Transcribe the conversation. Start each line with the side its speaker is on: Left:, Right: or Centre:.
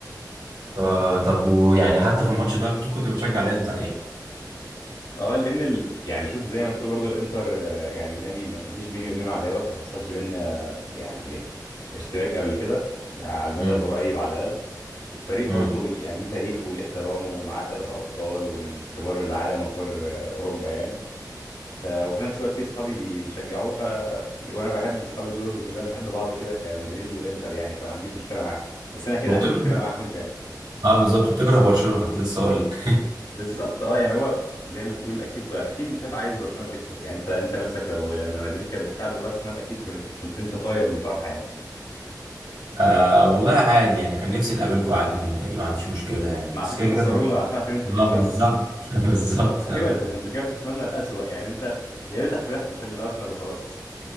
Right: آه طب ويعني حتى في الماتش ده أكيد كنت بتشجع الانتر يعني
Left: اه لان ال... يعني شوف زي ما تقول برضو الانتر آه، يعني نادي ما ما فيش بيني وبينه عداوة ما حصلش بينا يعني اشتباك قبل كده على المدى
Right: امم
Left: القريب على الاقل. وفريق
Right: امم
Left: برضو ليه- يعني ليه تاريخه وليه احترامه ومعاه ثلاثة ابطال ومن كبار العالم وكبار آه، اوروبا يعني. ف... وفي نفس الوقت في صحابي بي- بيشجعوه ف وانا بحب صحابي دول وكلنا بنحب بعض كده كمدريد وانتر يعني فما عنديش مشكله معاهم بس انا اكيد
Right: وبتكره
Left: عندي مشكله معاكم انتوا يعني
Right: اه بالظبط بتكره برشلونة كنت لسه اقول لك
Left: بالظبط اه يعني هو زي ما تقول اكيد بقى اكيد مش هبقى عايز برشلونه تكسب يعني انت انت نفسك لو لما مدريد كانت بتلعب الارسنال اكيد كنت كنت انت طاير من الفرحه يعني
Right: <laughs> آه والله عادي يعني كان نفسي نقابلكم عادي في النهائي ما عنديش مشكلة يعني
Left: ما عشان
Right: بس كده
Left: تخسرونا
Right: كده
Left: عشان عارفين انتوا
Right: اه
Left: تكسبوا
Right: بالظبط <laughs> بالظبط
Left: <laughs>
Right: يعني.
Left: ايوه ده, ده انت كده بتتمنى الاسوأ يعني انت يا ريتك فرحت في الارسنال وخلاص